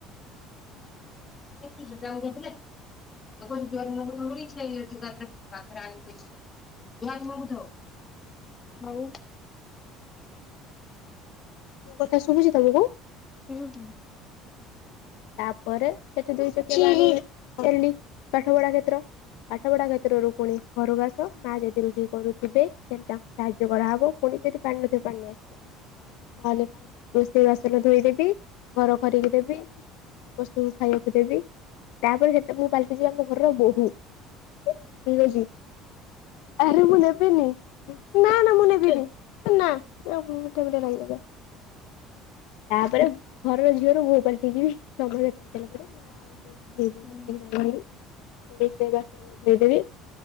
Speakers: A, on the left; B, on the left.
A: <unintelligible> <unintelligible> <unintelligible> ଆଉ
B: ମୋ କଥା ଶୁଭୁଛି ତମକୁ?
A: ହୁଁ ହୁଁ।
B: ତାପରେ ସେଠି ଦୁଇ ଚକିଆ <unintelligible> ପାଠ ପଢା କ୍ଷେତ୍ର ପାଠ ପଢ଼ା କ୍ଷେତ୍ରରୁ ପୁଣି ଘରକୁ ଆସ ମା ଯଦି ରୋଷେଇ କରୁଥିବେ ତାହେଲେ ତାଙ୍କୁ ସାହାଯ୍ୟ କରାହେବ ସେଠି ପାଣି ନ ଥିବ ପାଣି ନେଇ ଆସ ତାହଲେ ରୋଷେଇ ବାସନ ଧୋଇଦେବି ଘର କରିକି ଦେବି ସମସ୍ତଙ୍କୁ ଖାଇବାକୁ ଦେବି ତାପରେ ସେତ ମୁଁ ପାଲଟି ଯିବି ଆମ ଘରର ବୋହୂ ଠିକ ଅଛି ଆରେ ମୁଁ ନେବିନି ନା ନା ମୁଁ ନେବିିନି ନା ମିଠା ମିଠା ଲାଗିବ ଯା ତାପରେ ଘରର ଝିଅରୁ ବୋହୁ ପାଲଟି ଯିବି। ସଭିଏଁ ଖାଇସାରିଲା ପରେ ମା ମୁଁ ଖାଇବୁ
A: ହଁ
B: ବସିକି
A: ହୁଁ
B: ସାଙ୍ଗ ହେଇକି ପୁଣି ସେ ବାସନ ଧୋଇଦେବି।